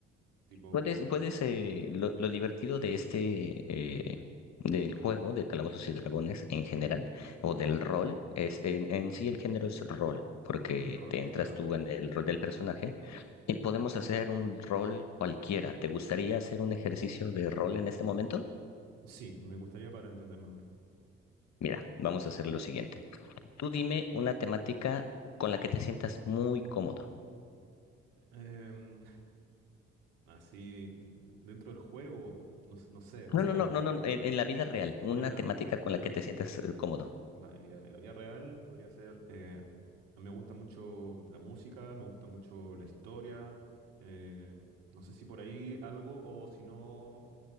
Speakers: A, on the right; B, on the left.
A: tipo
B: ¿Cuál es, cuál es, eh, lo, lo divertido de este, eh, del juego de Calabozos y Dragones en general, o del rol? Es, en, en sí el género es rol, porque
A: un rol,
B: te entras
A: claro.
B: tú en el rol del personaje y podemos hacer un rol cualquiera. ¿Te gustaría hacer un ejercicio de rol en este momento?
A: Sí, me gustaría para entender mejor.
B: Mira, vamos a hacer lo siguiente. Tú dime una temática con la que te sientas muy cómodo.
A: Em, así, d- dentro del juego, no, s- no sé, o
B: No,
A: sea...
B: no, no, no, no, no, en, en la vida real, una
A: Mira, la,
B: temática con
A: en
B: la
A: la-
B: que te sientas eh, cómodo.
A: vale, mira, en la vida real podría ser, eh, me gusta mucho la música, me gusta mucho la historia, eh, no sé si por ahí algo o si no,